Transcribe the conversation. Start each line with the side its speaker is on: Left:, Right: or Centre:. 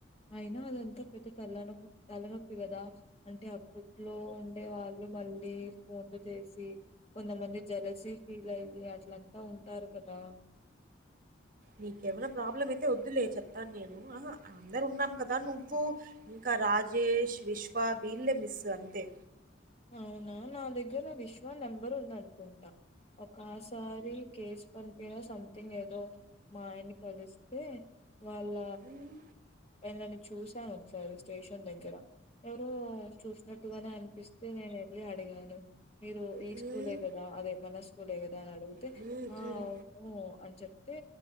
Left: అయినా అదంతా పెద్ద తెల్లనకు తలనొప్పి కదా అంటే అప్పట్లో ఉండే వాళ్ళు మళ్ళీ ఫోన్లు చేసి కొంతమంది జలసీ ఫీల్ అయి అట్లంతా ఉంటారు కదా
Right: నీకేమైనా ప్రాబ్లం అయితే వద్దులే చెప్తాను నేను ఆ అందరు ఉన్నాం కదా నువ్వు ఇంకా రాజేష్ విశ్వ వీళ్ళే మిస్ అంతే
Left: అవునా నా దగ్గర విశ్వా నెంబర్ ఉందనుకుంటా ఒకసారి కేసు పనిపోయినా సంథింగ్ ఏదో మా ఆయన్ని కలిస్తే వాళ్ళ
Right: హ్మ్.
Left: నన్ను చూశాను ఒకసారి స్టేషన్ దగ్గర ఎవరు చూసినట్టుగానే అనిపిస్ అయితే నేను వెళ్ళి అడిగాను మీరు ఈ
Right: హ్మ్.
Left: స్కూలే కదా అదే మన స్కూలే కదా అని అడిగితే
Right: హ్మ్.
Left: ఆ
Right: హ్మ్.
Left: అవును చెప్తే